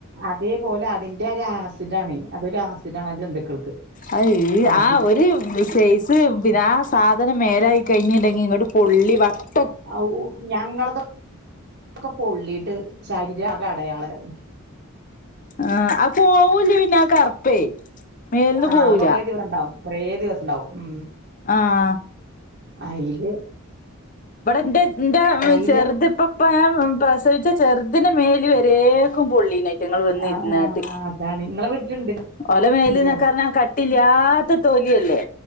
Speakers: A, on the right; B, on the left.
A: അതേപോലെ അതിന്റെ ഒരാസിഡാണെ അതൊരു ആസിഡാണാ ജന്തുക്കൾക്ക്
B: അത്
A: അത്
B: ആഹ് ഒരു ര് സൈസ് പിന്നെ ആ സാധനം മേലായി കഴിഞ്ഞിണ്ടെങ്കി ഇങ്ങട്ട് പൊള്ളി വട്ട
A: ഔ ഞങ്ങളതൊക്കെ പൊള്ളിട്ട് ശരീരം ആകെ അടയാളായ്രുന്നു
B: ആ അത് പോവൂല പിന്ന ആ കറുപ്പേ മേൽന്ന്
A: ആഹ്
B: പോവൂല
A: കൊറേ ദിവസംണ്ടാവും കൊറേ ദിവസം ഇണ്ടാവും ഉം
B: ആഹ്
A: അയില്
B: ഇവടെ ഇന്റെ ഇന്റ
A: അയില്
B: ചെർത് ഇപ്പ ഇപ്പ ഞാ പ്രസവിച്ച ചെർതിന് മേല് വരേക്കും പൊള്ളീ ണ് റ്റങ്ങൾ വന്ന്
A: ആ
B: ഇര്ന്നാട്ട്
A: അതാണ് നിങ്ങളെ വീട്ടിലുണ്ട്
B: ഓലെ മേല്ന്നക്കർഞ്ഞാ
A: ണ്ടല്ലേ
B: കട്ടില്ലാത്ത തൊലിയല്ലേ.